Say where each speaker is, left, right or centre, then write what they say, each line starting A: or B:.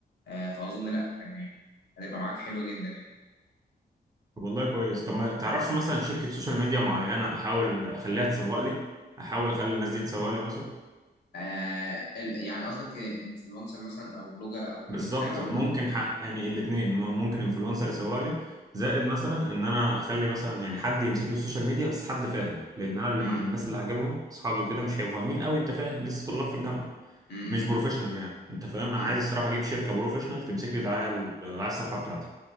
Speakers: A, on the left; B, on the right.
A: آه فاظن لا يعني هتبقى معاك حلوه جدا يعني
B: والله كويس طب ما تعرفش مثلا شركة سوشيال ميديا معينة احاول اخليها تسوق لي احاول اخلي الناس دي تسوق لي مثلا
A: آه ال- يعني قصدك انفلونسر مثلا او بلوجر او
B: بالظبط
A: ناس معينه
B: ممكن
A: ولا
B: حق يعني الاثنين ممكن انفلونسر يسوق لي زائد مثلا ان انا اخلي مثلا يعني حد يمسك لي السوشيال ميديا بس حد فاهم لان انا اللي
A: امم
B: مع الناس اللي عاجبهم اصحابي وكده مش هيبقوا فاهمين قوي انت فاهم لسه طلاب في الجامعه
A: امم
B: مش بروفيشنال يعني انت فاهم انا
A: امم
B: عايز الصراحه اجيب شركه بروفيشنال تمسك لي دعايه دعايه الصفحه بتاعتي